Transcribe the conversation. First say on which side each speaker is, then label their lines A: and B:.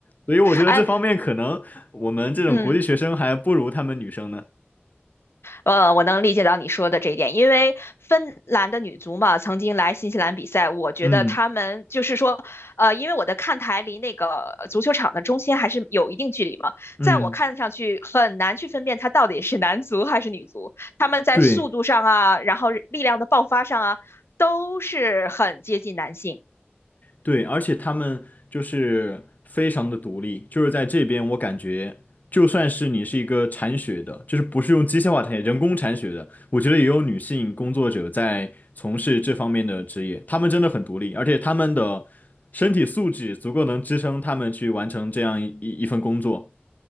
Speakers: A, on the left; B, on the left.
A: 所以我觉得这方面可能我们这种国际学生还不如他们女生呢。
B: 哎，嗯。呃，我能理解到你说的这一点，因为芬兰的女足嘛，曾经来新西兰比赛，我觉得她们就是说，
A: 嗯
B: 呃，因为我的看台离那个足球场的中心还是有一定距离嘛，
A: 嗯。
B: 在我看上去很难去分辨它到底是男足还是女足，他们在速度上啊，
A: 对
B: 然后力量的爆发上啊，都是很接近男性。
A: 对，而且他们就是非常的独立，就是在这边我感觉，就算是你是一个铲雪的，就是不是用机械化铲雪人工铲雪的，我觉得也有女性工作者在从事这方面的职业，他们真的很独立，而且他们的身体素质足够能支撑他们去完成这样一一一份工作。